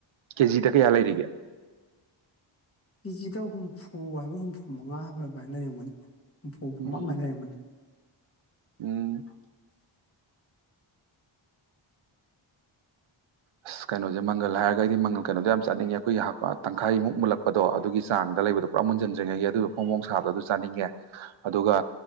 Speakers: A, on the right; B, on the left.
A: ꯀꯦꯖꯤꯗ ꯀꯌꯥ ꯂꯩꯔꯤꯒꯦ
B: ꯀꯦꯖꯤꯗ ꯍꯨꯝꯐꯨ ꯍꯥꯏꯕ꯭ꯔ ꯍꯨꯝꯐꯨ ꯃꯉꯥ ꯍꯥꯏꯕ꯭ꯔ ꯗꯩꯃꯥꯏ ꯂꯩꯔꯝꯒꯅꯤ ꯍꯨꯝꯐꯨ ꯍꯨꯝꯐꯨꯃꯉꯥ
A: ꯎꯝ
B: ꯃꯥꯏ ꯂꯩꯔꯝꯒꯅꯤ
A: ꯎꯝ
B: <inaudible>
A: ꯑꯁ ꯀꯩꯅꯣꯖꯦ ꯃꯪꯒꯜ ꯍꯥꯏꯔꯒ ꯑꯩꯗꯤ ꯃꯅꯣ ꯀꯩꯅꯣꯗꯣ ꯌꯥꯝ ꯆꯥꯅꯤꯡꯉꯦ ꯑꯩꯈꯣꯏꯒꯤ ꯍꯥꯞꯄ ꯇꯪꯈꯥꯏꯃꯨꯛ ꯃꯨꯜꯂꯛꯄꯗꯣ ꯑꯗꯨꯒꯤ ꯆꯥꯡꯗ ꯂꯩꯕꯗꯣ ꯄꯨꯔꯥ ꯃꯨꯟꯖꯟꯗ꯭ꯔꯤꯉꯩꯒꯤ ꯑꯗꯨ ꯐꯣꯡ ꯐꯣꯡ ꯁꯥꯕꯗꯣ ꯑꯗꯨ ꯆꯥꯅꯤꯡꯉꯦ ꯑꯗꯨꯒ